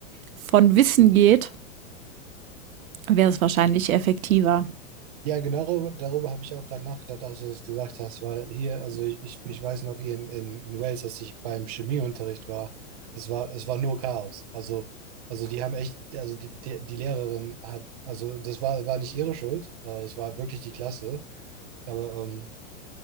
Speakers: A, on the right; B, on the right.
A: von Wissen geht, wäre es wahrscheinlich effektiver.
B: Ja, genau darüber, darüber habe ich auch gerade nachgedacht, als du das gesagt hast, weil hier, also ich, ich, ich weiß noch hier in, in, in Wales, dass ich beim Chemieunterricht war, das war, es war nur Chaos. Also, also die haben echt, also die, die, die Lehrerin hat, also das war, war nicht ihre Schuld, äh, es war wirklich die Klasse. Aber ähm,